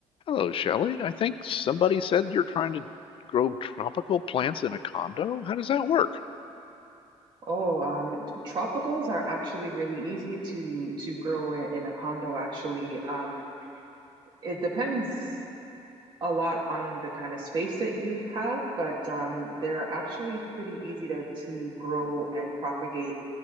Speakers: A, on the left (about 50°); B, on the right (about 40°).
A: Hello, Shelley. I think somebody said you're trying to grow tropical plants in a condo. How does that work?
B: Oh, um, tropicals are actually really easy to to grow in, in a condo, actually. Um, it depends a lot on the kind of space that you have, but um, they're actually pretty easy to to grow and propagate